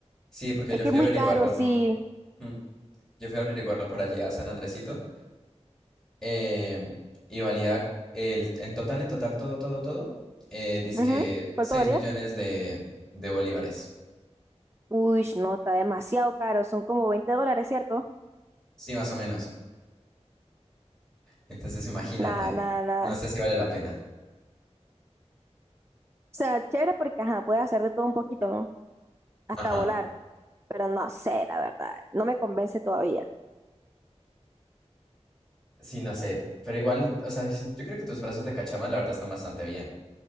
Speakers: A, in the centre; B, on the right.
A: Sí, porque
B: Es
A: yo
B: que
A: fui
B: es muy
A: a averiguarlo.
B: caro, sí.
A: mm, Yo fui a averiguarlo por allí a San Andresito. eh, y valía el, en total, en total, todo, todo, todo. Eh, dizque
B: Ujú. ¿Cuánto
A: 6
B: valía?
A: millones de, de bolívares.
B: Ush, no, está demasiado caro. Son como veinte dólares, ¿cierto?
A: Sí, más o menos. Entonces imagínate.
B: Nada, nada, nada.
A: No sé
B: O
A: si vale la pena.
B: sea, chévere porque, ajá, puedes hacer de todo un poquito, ¿no? Hasta
A: Ajá.
B: volar. Pero no sé, la verdad. No me convence todavía.
A: Sí, no sé. Pero igual, o sea, yo creo que tus brazos de cachama, la verdad, están bastante bien.